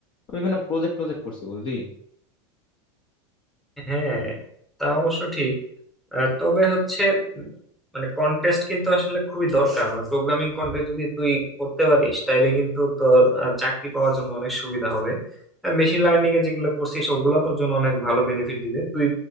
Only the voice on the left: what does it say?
বিভিন্ন প্রজেক্ট টজেক্ট করছি বুঝলি